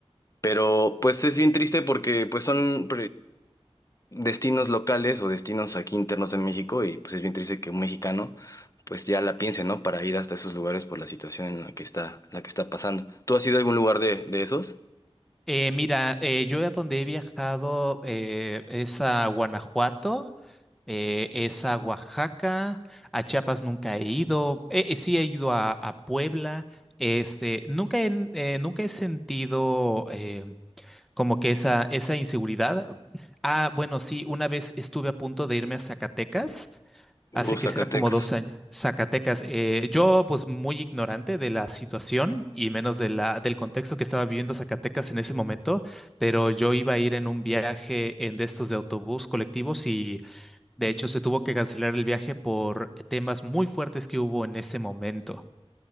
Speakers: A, on the left; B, in the centre.
A: Pero pues es bien triste porque pues son destinos locales o destinos aquí internos de México y pues es bien triste que un mexicano pues ya la piense, ¿no? Para ir hasta esos lugares por la situación en la que está, la que está pasando. ¿Tú has ido a algún lugar de, de esos?
B: Eh, mira, eh, yo a donde he viajado eh, es a Guanajuato, eh, es a Oaxaca, a Chiapas nunca he ido, eh, eh, sí he ido a, a Puebla, este, nunca he, eh, nunca he sentido eh, como que esa, esa inseguridad. Ah, bueno, sí, una vez estuve a punto de irme a Zacatecas.
A: Uh,
B: Hace
A: Zacatecas.
B: que será como dos años. Zacatecas. Eh, yo, pues, muy ignorante de la situación y menos de la, del contexto que estaba viviendo Zacatecas en ese momento, pero yo iba a ir en un viaje en de estos de autobús colectivos y de hecho se tuvo que cancelar el viaje por temas muy fuertes que hubo en ese momento.